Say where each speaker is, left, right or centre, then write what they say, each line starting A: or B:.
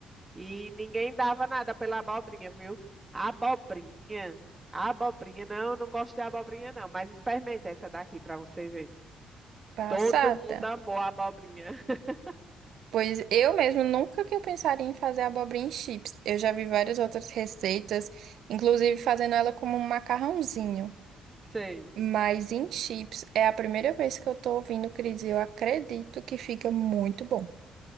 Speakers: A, on the right; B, on the right.
A: E ninguém dava nada pela abobrinha, viu? A abobrinha. A abobrinha, não, não gosto de abobrinha, não. Mas experimente essa daqui para você ver.
B: passada.
A: Todo mundo amou a abobrinha. <laughs>
B: Pois eu mesmo nunca que eu pensaria em fazer abobrinha em chips. Eu já vi várias outras receitas, inclusive fazendo ela como um macarrãozinho.
A: Sei.
B: Mas em chips é a primeira vez que eu tô ouvindo, Cris, e eu acredito que fica muito bom.